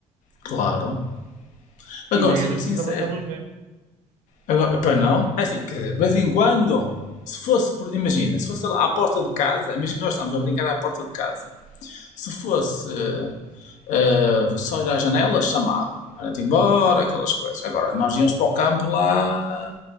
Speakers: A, on the left (about 80°); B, on the right (about 80°).
A: claro. Agora,
B: E nem
A: sou-te
B: era preciso
A: sincero,
B: ela estar aos berros.
A: agora, para não, é assim, quer dizer, de vez em quando, se fosse, por, imagina, se fosse lá à porta de casa, imagina que nós estamos a brincar à porta de casa, Se fosse eh, só ir à janela, chamava. Era-te embora, aquelas coisas. Agora, nós íamos para o campo lá